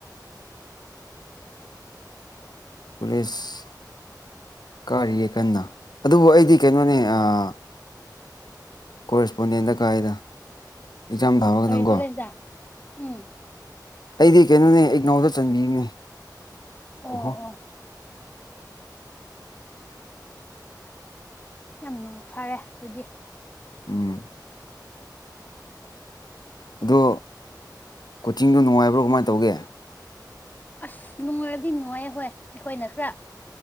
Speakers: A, on the left; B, on the left.
A: ꯀꯨꯂꯦꯁ ꯫ ꯀꯥꯔꯤꯌꯦ ꯀꯟꯅ ꯑꯗꯨꯕꯨ ꯑꯩꯗꯤ ꯀꯩꯅꯣꯅꯦ ꯑꯥ ꯀꯣꯔꯦꯁꯄꯣꯟꯗꯦꯟꯗ ꯀꯥꯏꯗ꯫ ꯑꯦꯛꯖꯥꯝ ꯊꯥꯕ
B: ꯀꯔꯤ
A: ꯈꯇꯪꯀꯣ
B: ꯀꯣꯂꯦꯁꯗ ꯎꯝ꯫
A: ꯑꯩꯗꯤ ꯀꯩꯅꯣꯅꯦ ꯏꯛꯅꯧꯗ ꯆꯟꯕꯤꯕꯅꯦ
B: ꯑꯣ
A: ꯑꯣꯍꯣ
B: ꯑꯣ ꯌꯥꯝ ꯅꯨꯡꯉꯥꯏ ꯐꯔꯦ ꯑꯗꯨꯗꯤ
A: ꯎꯝ ꯑꯗꯣ ꯀꯣꯆꯤꯡꯗꯣ ꯅꯨꯡꯉꯥꯏꯕ꯭ꯔꯣ ꯀꯃꯥꯏꯅ ꯇꯧꯒꯦ
B: ꯑꯁ ꯅꯨꯡꯉꯥꯏꯕꯗꯤ ꯅꯨꯡꯉꯥꯏꯌꯦ ꯍꯣꯏ ꯑꯩꯈꯣꯏꯅ ꯈꯔ